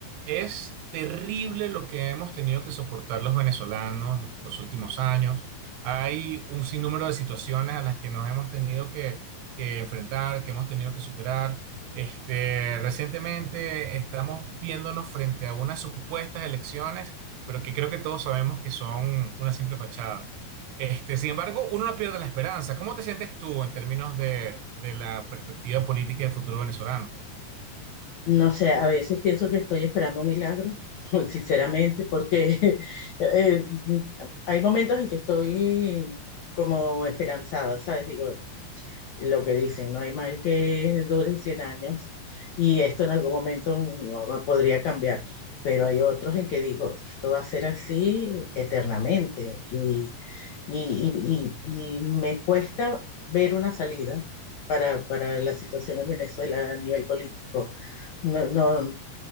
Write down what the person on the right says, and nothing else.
Es terrible lo que hemos tenido que soportar los venezolanos los últimos años. Hay un sinnúmero de situaciones a las que nos hemos tenido que, que enfrentar, que hemos tenido que superar. Este, recientemente estamos viéndonos frente a unas supuestas elecciones, pero que creo que todos sabemos que son una simple fachada. Este, sin embargo, uno no pierde la esperanza. ¿Cómo te sientes tú en términos de, de la perspectiva política del futuro venezolano?